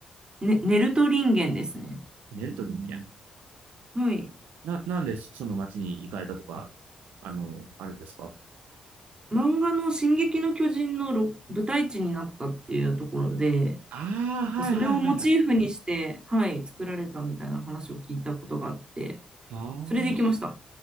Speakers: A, on the right; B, on the right.
A: ね、ネルト人間ですね。
B: ネルトリンゲン。
A: はい。
B: な、なんでその街に行かれたとか、あの、あるんですか
A: 漫画の「進撃の巨人」のろ舞台地になったっていうところで、
B: ああー、
A: なんかそれをモチーフにして、
B: はいはいはいはい。
A: はい、作られたみたいな話を聞いたことがあって、
B: ああ、
A: それで行きました。